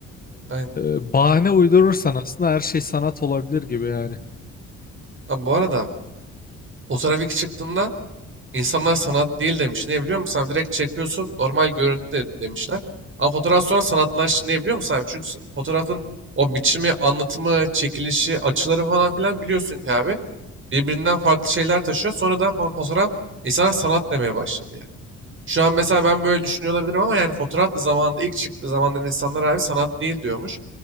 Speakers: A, on the right; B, on the left.
A: Aynen.
B: E, bahane uydurursan aslında her şey sanat olabilir gibi yani.
A: Abi bu arada fotoğraf ilk çıktığında İnsanlar sanat değil demiş. Ne biliyor musun abi? Direkt çekiyorsun normal görüntü de- demişler. Ama fotoğraf sonra sanatlaştı. Ne biliyor musun abi? Çünkü s- fotoğrafın o biçimi, anlatımı, çekilişi, açıları falan filan biliyorsun ki abi. Birbirinden farklı şeyler taşıyor. Sonradan fo- fotoğraf insanlar sanat demeye başladı yani. Şu an mesela ben böyle düşünüyor olabilirim ama yani fotoğraf da zamanında ilk çıktığı zamanlar insanlar abi sanat değil diyormuş.